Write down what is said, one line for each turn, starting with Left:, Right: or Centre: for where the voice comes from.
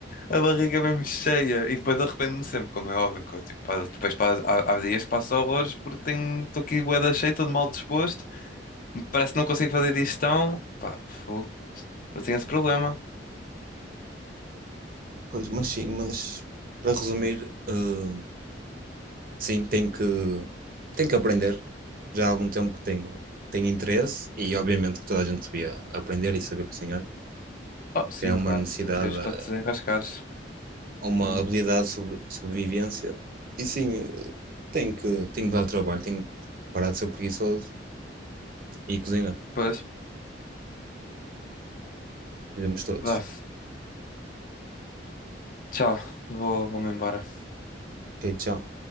Left: a barriga mesmo cheia. E depois arrependo-me sempre, como é óbvio. que eu, tipo, pa- depois pa- há, há dias que passo horrores porque tenho, estou aqui bué da cheio, todo mal disposto. Parece que não consigo fazer digestão. Pá, fogo. Mas tem esse problema.
Right: Pois, mas sim, mas para resumir, eh, sim, tenho que, tenho que aprender. Já há algum tempo que tenho, tenho interesse e obviamente que toda a gente devia aprender e saber cozinhar,
Left: Oh, sim,
Right: que é uma
Left: claro.
Right: necessidade,
Left: Não precisas
Right: eh,
Left: para te desenrascares.
Right: uma
Left: Não...
Right: habilidade de sobre, sobrevivência. E sim, eh, tenho que, tenho que dar trabalho, tenho que parar de ser preguiçoso e cozinhar.
Left: Pois.
Right: Devemos todos.
Left: Vá, tchau. Vou, vou-me embora.
Right: Ok, tchau.